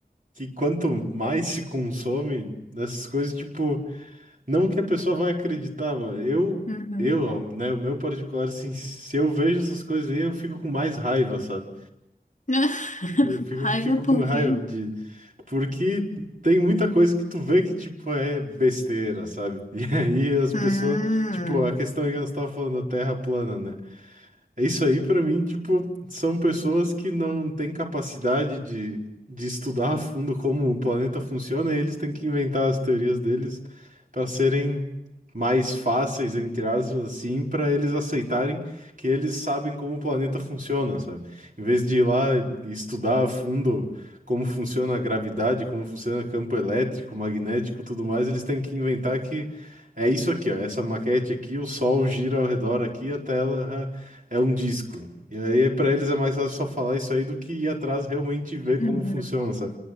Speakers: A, on the right (about 55°); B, on the left (about 50°).
A: que quanto mais se consome dessas coisas, tipo. Não que a pessoa vai acreditar, mano. Eu,
B: Uhum.
A: eu, ó, né, o meu particular, assim, se eu vejo essas coisas aí, eu fico com mais raiva, sabe?
B: <laughs>
A: Eu fico,
B: Raiva
A: fico
B: por
A: com raiva
B: quê?
A: de. Porque tem muita coisa que tu vê que, tipo, é besteira, sabe? <laughs> E aí as pessoas.
B: Hum.
A: Tipo, a questão é que nós estávamos falando da Terra plana, né? É Isso aí, pra mim, tipo, são pessoas que não têm capacidade de, de estudar a fundo como o planeta funciona e eles têm que inventar as teorias deles para serem mais fáceis, entre aspas, assim, para eles aceitarem que eles sabem como o planeta funciona, sabe? Em vez de ir lá e estudar a fundo como funciona a gravidade, como funciona campo elétrico, magnético, tudo mais, eles têm que inventar que é isso aqui, ó, essa maquete aqui, o Sol gira ao redor aqui, a Terra é um disco. E aí, pra eles é mais fácil só falar isso aí do que ir atrás realmente e ver
B: Uhum.
A: como funciona, sabe?